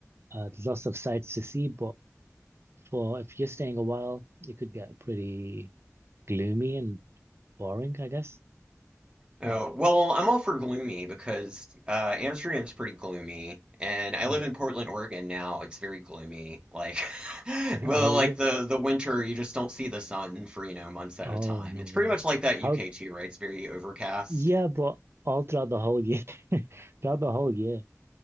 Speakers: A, on the right; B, on the right.
A: Uh, there's lots of sights to see, but for if you're staying a while, it could get pretty gloomy and boring, I guess.
B: Oh,
A: Mm,
B: well, I'm all for gloomy because uh, Amsterdam's pretty gloomy, and I
A: yeah.
B: live in Portland, Oregon now. It's very gloomy. Like, <laughs>
A: <laughs>
B: well,
A: Oh, is
B: like
A: it?
B: the the winter, you just don't see the sun for, you know, months at
A: Oh,
B: a time.
A: no
B: It's
A: way.
B: pretty much like that UK
A: How's
B: too, right? It's very overcast.
A: Yeah, but all throughout the whole year, <laughs> throughout the whole year.